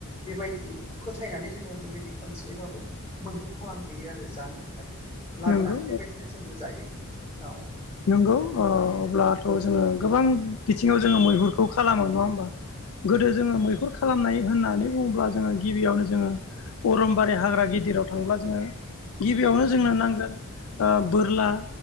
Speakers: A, on the left; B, on the left.
A: बेबायदि फोथायनानै जोङो बेबायदि खनसेबाबो मैहुर खालामहैयो आरो जानो थाखाय लाबोनानै
B: नंगौ
A: बेबायदिनो जोङो जायो औ।
B: नोंगौ ओ अब्लाथ' जोङो गोबां बिथिङाव जोङो मैहुरखौ खालामो नङा होमबा? गोदो जोङो मैहुर खालामनाय होननानै बुङोब्ला जोङो गिबियावनो जोङो अरमबारि हाग्रा गिदिराव थांब्ला जोङो गिबियावनो जोंनो नां ओ बोरला